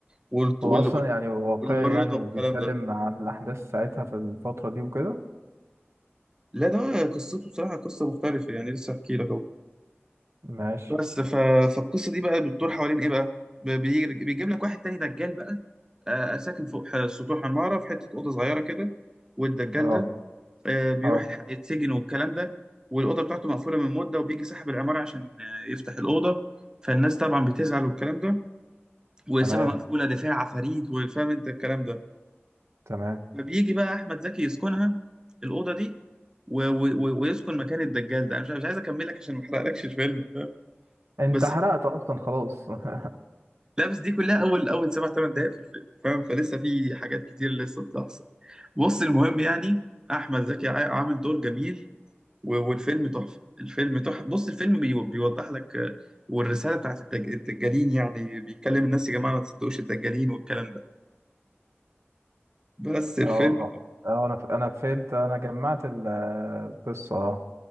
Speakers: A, on the right; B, on the right.
A: وال وال-
B: هو اصلا يعني واقعي
A: وال- والرضا
B: يعني وبيتكلم
A: والكلام ده
B: عن الاحداث ساعتها في الفترة دي وكده
A: لا ده قصته بصراحة قصة مختلفة يعني لسه احكي لك اهو
B: ماشي
A: بس ف... فالقصة دي بقى بتدور حوالين ايه بقى ب- بيجي- بيجيب لك واحد تاني دجال بقى آه، ساكن فوق ح- سطوح عمارة في حتة أوضة صغيرة كده والدجال
B: اه
A: ده آه، بيروح
B: اه
A: يتح- يتسجن والكلام ده والأوضة بتاعته مقفولة من مدة وبيجي صاحب العمارة عشان آه، يفتح الأوضة فالناس طبعا بتزعل والكلام ده ويسيبها
B: تمام
A: مقفولة ده فيها عفاريت وفاهم انت الكلام ده
B: تمام
A: فبيجي بقى احمد زكي يسكنها الاوضه دي و... و... و... ويسكن مكان الدجال ده انا مش مش عايز اكمل لك عشان ما احرقلكش الفيلم فاهم
B: انت
A: بس
B: حرقت اصلا خلاص <laughs>
A: لا بس دي كلها اول اول سبع ثمان دقائق في الفيلم فاهم فلسه في حاجات كتير لسه بتحصل بص المهم يعني احمد زكي عا- عامل دور جميل و... والفيلم تحفه الفيلم تحفه بص الفيلم بي... بيوضح لك آه، والرساله بتاعت الدج... الدجالين يعني بيتكلم الناس يا جماعه ما تصدقوش الدجالين والكلام ده بس الفيلم
B: اه اه انا ف... انا فهمت انا جمعت ال- القصة اه